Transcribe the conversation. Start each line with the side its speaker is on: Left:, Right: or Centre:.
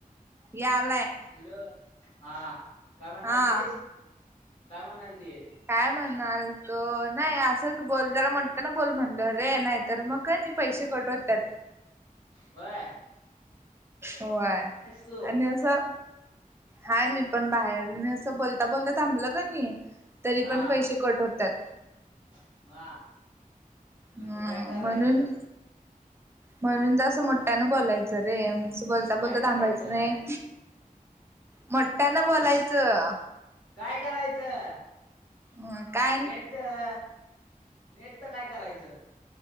Right: यालाय.
Left: हॅलो हा काय म्हणालतीस,
Right: हा
Left: काय म्हणालती
Right: काय म्हणणार द नाही असंच बोल जरा मोठयानं बोल म्हणल रे नाही तर मग काही नाही पैसे कट होत्यात
Left: व्हय.
Right: व्हय
Left: तू
Right: आणि असं हाय मी पण बाहेर आणि असं बोलता, बोलता थांबलं का नाही तरी
Left: हा
Right: पण पैसे कट होत्यात
Left: हां. मग
Right: हम्म
Left: ते काय करायचं?
Right: म्हणून म्हणून जरासं मोठ्यानं बोलायचं रे. बोलता, बोलता
Left: काय करायचं
Right: थांबायचं नाही मोठ्यानं बोलायचं
Left: काय करायचं?
Right: होय का
Left: नेटचं, नेटचं काय करायचं?